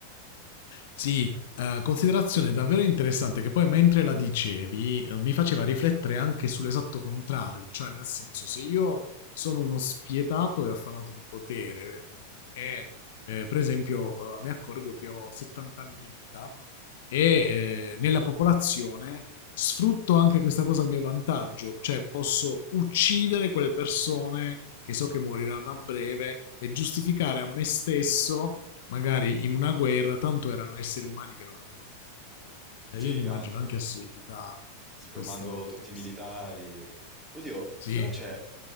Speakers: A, on the left; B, in the centre.
A: sì, eh, considerazione davvero interessante che poi mentre la dicevi eh, mi faceva riflettere anche sull'esatto contrario, cioè nel senso se io sono uno spietato e affamato di potere mh, e eh, per esempio eh, mi accorgo che ho 70 anni di vita, e eh, nella popolazione sfrutto anche questa cosa a mio vantaggio, cioè posso uccidere quelle persone che so che moriranno a breve e giustificare a me stesso, magari in una guerra, tanto erano esseri umani che non avevano tanta vita. Cioè
B: Sì,
A: io mi immagino
B: anche,
A: anche assurdità
B: se
A: di
B: più
A: questo,
B: mando tutti
A: di questo.
B: i militari. Oddio,
A: Sì,
B: però c'è,